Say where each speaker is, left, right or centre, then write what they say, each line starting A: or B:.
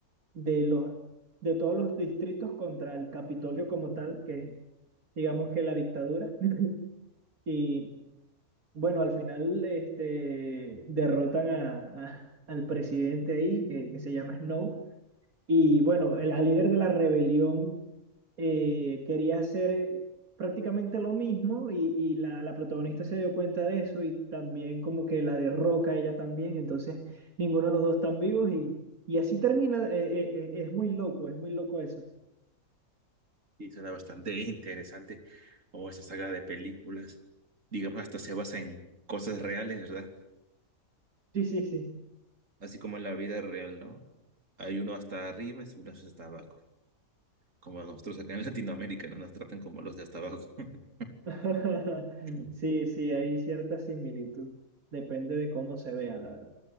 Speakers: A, on the right (about 75°); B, on the right (about 60°).
A: de los, de todos los distritos contra el Capitolio como tal, que es, digamos que la dictadura. <laughs> Y bueno, al final este, derrotan a, a- al presidente ahí, que, que se llama Snow. Y bueno, la líder de la rebelión eh, quería hacer prácticamente lo mismo y, y la, la protagonista se dio cuenta de eso y también como que la derroca ella también. Entonces, ninguno de los dos están vivos y... Y así termina, eh, eh, eh, es muy loco, es muy loco eso.
B: sí, suena bastante <laughs> interesante como esta saga de películas. Digamos, hasta se basa en cosas reales, ¿verdad?
A: Sí, sí, sí.
B: Así como en la vida real, ¿no? Hay uno hasta arriba y uno hasta abajo. Como nosotros acá en <laughs> Latinoamérica, ¿no? Nos tratan como los de hasta abajo. <laughs>
A: <laughs>
B: Mm.
A: Sí, sí, hay cierta similitud. Depende de cómo se vea, la verdad.